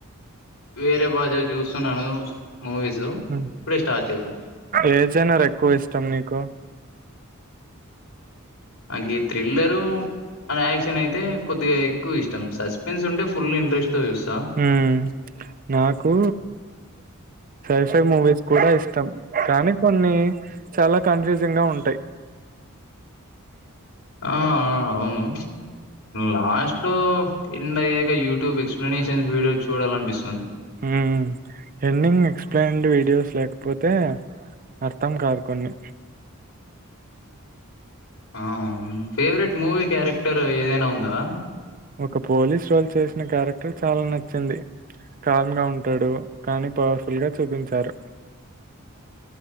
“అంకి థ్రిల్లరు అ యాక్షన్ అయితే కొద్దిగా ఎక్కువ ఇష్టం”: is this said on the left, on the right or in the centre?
Left